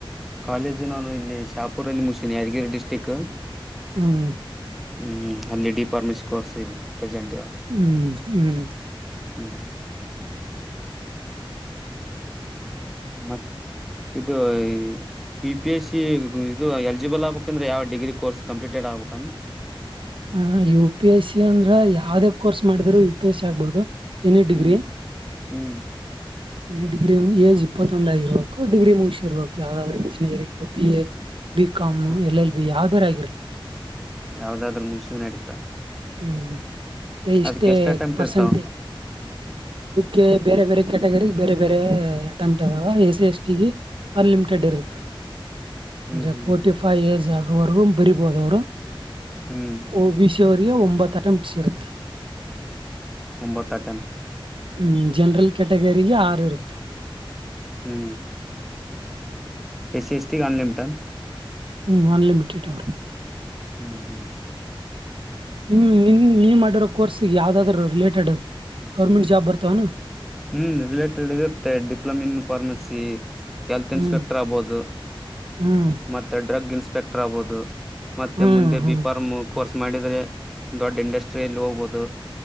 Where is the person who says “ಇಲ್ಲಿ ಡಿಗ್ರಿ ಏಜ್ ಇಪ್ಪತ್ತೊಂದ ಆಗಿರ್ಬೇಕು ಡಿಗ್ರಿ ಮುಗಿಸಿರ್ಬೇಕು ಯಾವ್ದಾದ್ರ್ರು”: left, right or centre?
Right